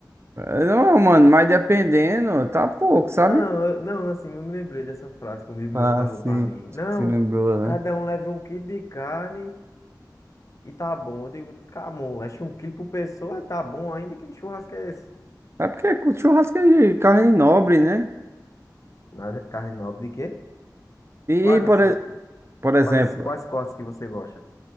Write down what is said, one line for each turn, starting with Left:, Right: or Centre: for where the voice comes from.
Right: É, Não, mano, mas dependendo, tá pouco,
Left: Não,
Right: sabe?
Left: eu- não, assim, eu me lembrei dessa frase que um amigo
Right: Ah,
Left: meu falou
Right: sim,
Left: pra mim: não,
Right: tu se lembrou, né?
Left: cada um leva um quilo de carne e tá bom. Eu digo: camon, acho que um quilo por pessoa tá bom ainda. Que churrasco é esse?
Right: É porque com churrasco é de carne nobre, né?
Left: Na- Carne nobre de quê? Quais
Right: E,
Left: assim,
Right: por, e-
Left: as- quais,
Right: por exemplo,
Left: as- quais cortes que você gosta?